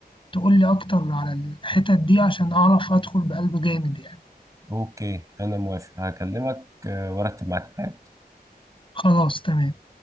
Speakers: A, on the left (about 30°); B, on the right (about 20°).
A: تقول لي اكتر على الحتت دي عشان اعرف ادخل بقلب جامد يعني
B: اوكي انا موافق هكلمك آه، وارتب معاك
A: خلاص تمام